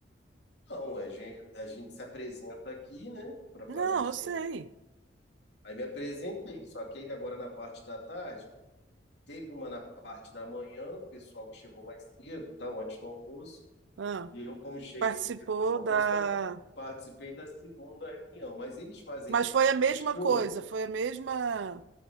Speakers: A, on the left; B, on the right.
A: não, a gente, a gente se apresenta aqui, né, para
B: Não,
A: fazer os
B: eu
A: serviços.
B: sei.
A: Aí me apresentei, só que aí agora na parte da tarde, teve uma na parte da manhã, o pessoal que chegou mais cedo, tal, antes do almoço,
B: Ah,
A: e eu, como cheguei
B: participou
A: depois do almoço,
B: da.
A: na, participei da segunda reunião. Mas eles fazem
B: Mas foi
A: esses
B: a mesma
A: dois turnos?
B: coisa, foi a mesma,